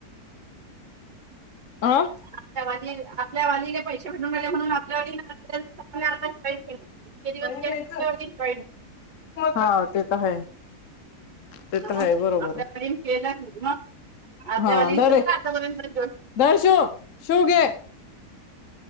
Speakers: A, on the left; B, on the right.
A: हा
B: आतामध्येझ या वाजले पैसे भेवून आले म्हणून आपल्या व आता जॉईन केलं इतके दिवस
A: यच
B: केलं आपल्या वालीने जॉईन
A: हा ते तर ह ते तर
B: मग
A: आहे बरोबर
B: आपल्या वालीने केलं मग आपल्या
A: हा
B: वालीने केलं
A: रे
B: का आतापर्यंत
A: र शू शू घे